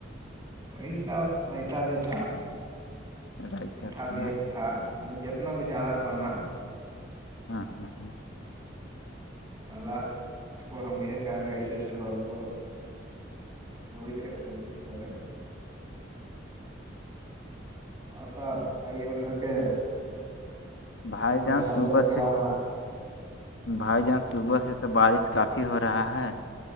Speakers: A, on the right; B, on the left.
A: وہی سا ریتا بھی تھا
B: رائتا
A: میٹھا بھی
B: نا
A: ایک تھا م نے جتنا بھی ج رہا بنا
B: ہاں ہاں ہاں
A: اللہ اس کو ہم یہ کہیں گے ایسے ایسے لوگ کو پوری کے پورتی کر اوراں ساپ
B: ہاں
A: بتائیے ادھر کے <inaudible>
B: بھائی
A: آپ کا
B: جان
A: گھر
B: صب
A: تب کیا
B: سے
A: ہو رہا
B: بھائی جان صبح سے تو بارش کافی ہو رہا ہے